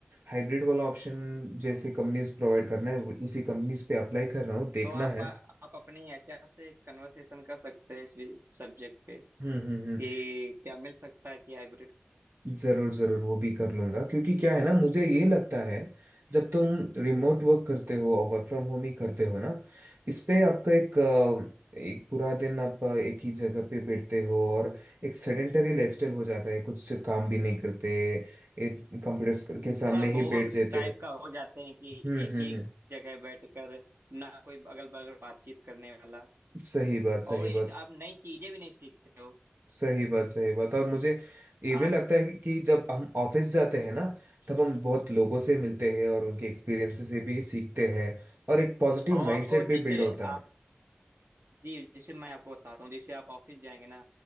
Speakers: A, on the right (about 60°); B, on the right (about 80°).
A: हाइब्रिड वाला ऑप्शन जैसे कंपनीज प्रोवाइड करना है वो- उसी कंपनीज पे अप्लाई कर रहा हूँ देखना
B: तो आप
A: है
B: आप अपने एचआर से कन्वर्सेशन कर सकते हैं इस भी सब्जेक्ट पे
A: हम्म हम्म
B: कि
A: हम्म
B: क्या मिल सकता है कि हाइब्रिड
A: जरूर जरूर वो भी कर लूंगा क्योंकि क्या है ना मुझे ये लगता है जब तुम रिमोट वर्क करते हो और वर्क फ्रॉम होम ही करते हो ना इस पे आपका एक अ, एक पूरा दिन आप एक ही जगह पे बैठते हो और एक सेडेंटरी लाइफस्टाइल हो जाता है कुछ काम भी नहीं करते एक कंप्यूटर के
B: थोड़ा
A: सामने
B: बोर
A: ही बैठ जाते
B: टाइप
A: हैं
B: का हो जाते हैं कि
A: हम्म
B: एक
A: हम्म
B: ही
A: हम्म
B: जगह बैठकर ना कोई अगल बगल बातचीत करने वाला
A: सही बात सही
B: और एक
A: बात
B: आप नई चीजें भी नहीं सीखते हो
A: सही बात सही बात और मुझे ये भी
B: आप
A: लगता है कि जब हम ऑफिस जाते हैं ना तब हम बहुत लोगों से मिलते हैं और उनके एक्सपीरियंसेस से भी सीखते हैं और एक पॉजिटिव
B: और
A: माइंडसेट
B: आपको
A: भी
B: जैसे
A: बिल्ड होता है
B: आप जी जैसे मैं आपको बताता हूँ जैसे आप ऑफिस जाएंगे ना